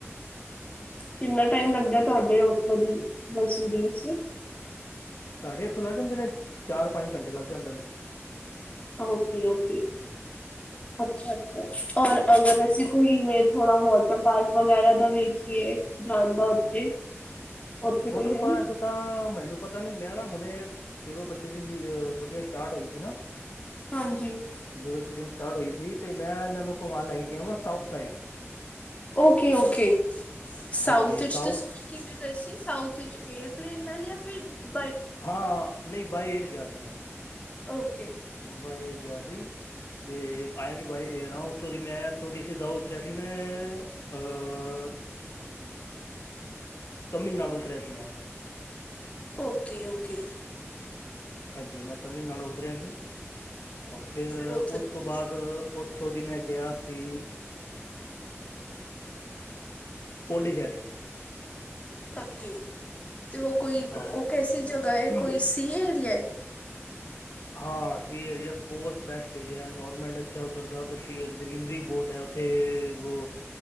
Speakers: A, on the left; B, on the left.
A: ਕਿੰਨਾ ਟਾਈਮ ਲੱਗਦਾ ਤੁਹਾਡੇ ਉੱਥੋਂ ਦੀ ਮਨਸੂਰੀ ਵਸਤੇ,
B: ਸਾਡੇ ਇੱਥੋਂ ਲੱਗ ਜਾਂਦੇ ਨੇ ਚਾਰ ਪੰਜ ਘੰਟੇ ਲੱਗ ਜਾਂਦੇ ਨੇ।
A: ਓਕੇ-ਓਕੇ ਅੱਛਾ ਔਰ ਅਗਰ ਅਸੀਂ ਕੋਈ ਵੇ ਥੋੜਾ ਵਾਟਰ ਪਾਰਕ ਵਗੈਰਾ ਦਾ ਵੇਖੀਏ ਜਾਣਦਾ ਉੱਥੇ <unintelligible>
B: ਵੋਟਰ
A: ਕੋਈ ਹੈ
B: ਪਾਰਕ ਤਾਂ ਮੈਨੂੰ ਪਤਾ ਨੀ ਮੈਂ ਨਾ ਹੁਣੇ ਜਦੋਂ ਬੱਚੇ ਦੀਆ ਛੁੱਟੀਆਂ ਸਟਾਰਟ ਹੋਈ ਸੀ ਨਾ,
A: ਹਾਂਜੀ।
B: ਜਦੋਂ ਛੁੱਟੀਆਂ ਸਟਾਰਟ ਹੋਈ ਸੀ ਤੇ ਮੈਂ ਇਹਨਾਂ ਨੂੰ ਘੁੰਮਾਣ ਲੈ ਕੇ ਗਿਆ ਵਾ ਸਾਊਥ ਸਾਈਡ।
A: ਓਕੇ-ਓਕੇ, ਸਾਊਥ
B: ਹਾਂਜੀ
A: ਵਿੱਚ
B: ਸਾਊਥ
A: ਤੁਸੀਂ ਕਿਵੇਂ ਗਏ ਸੀ ਸਾਥ ਵਿੱਚ ਏਅਰਪਲੇਨ ਨਾਲ ਜਾਂ ਫਿਰ ਬ
B: ਹਾਂ, ਨਹੀਂ ਬਾਏ ਏਅਰ ਗਿਆ ਸੀ ਮੈਂ,
A: ਓਕੇ।
B: ਬਏ ਏਅਰ ਗਿਆ ਸੀ। ਤੇ ਆਇਆ ਵੀ ਬਏ ਏਅਰ ਹਾਂ ਉੱਥੋਂ ਦੀ ਮੈਂ ਇਥੋਂ ਦੀ ਸੀ ਦ ਉਤਰਿਆ ਸੀ ਮੈਂ ਅ
A: <unintelligible>
B: ਤਮਿਲਨਾਡੂ ਉਤਰਿਆ ਸੀ ਮੈਂ।
A: ਓਕੇ-ਓਕੇ।
B: ਹਾਂਜੀ ਮੈਂ ਤਾਮਿਲਨਾਡੂ ਉਤਰਰਿਆ ਸੀ
A: ਓਕੇ
B: ਫੇਰ
A: ਫਿਰ ਉੱਥੋਂ
B: ਉਸ ਤੋਂ
A: ਤੁਸੀਂ
B: ਬਾਅਦ ਉੱਥੋਂ ਦੀ ਮੈਂ ਗਿਆ ਸੀ, ਪੌਡੀਚਰੇ
A: ਓਕੇ, ਤੇ ਉਹ ਕੋਈ
B: ਹਾਂ
A: ਉਹ ਕੈਸੀ ਜਗ੍ਹਾ ਏ ਕੋਈ ਸੀ ਏਰੀਆ ਐ।
B: ਹਾਂ ਸੀ ਏਰੀਆ ਬਹੁਤ ਬੈਸਟ ਏਰੀਆ ਇਨਵਾਇਰਮੈਂਟ ਅੱਛਾ ਉੱਧਰ ਦਾ ਤੇ ਸੀ ਗ੍ਰਰੀਨਰੀ ਬਹੁਤ ਹੈ। ਤੇ ਵੋ